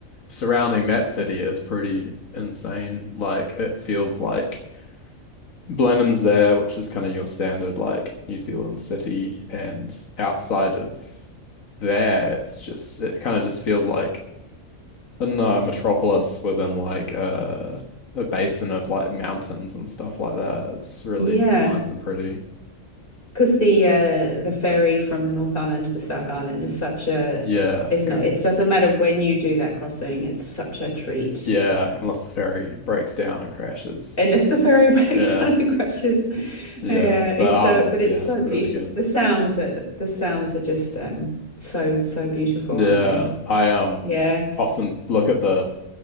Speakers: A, on the left; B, on the left.
A: surrounding that city is pretty insane. Like it feels like Blenheim's there, which is kind of your standard like New Zealand city, and outside of there, it's just it kind of just feels like I don't know, a metropolis within like a a basin of like mountains and stuff like that. It's really
B: yeah.
A: nice and pretty.
B: Because the uh the ferry from the North Island to the South Island is such a,
A: Yeah,
B: isn't
A: going,
B: it? It doesn't matter when you do that crossing, it's such a treat.
A: yeah, unless the ferry breaks down and crashes.
B: Unless the ferry <laughs> breaks
A: Yeah,
B: down and crashes.
A: yeah,
B: Yeah,
A: but
B: it's
A: um,
B: so but it's
A: yeah,
B: so beautiful.
A: really good.
B: The sounds are the sounds are just um so so beautiful,
A: Yeah,
B: aren't they?
A: I um
B: Yeah,
A: often look at the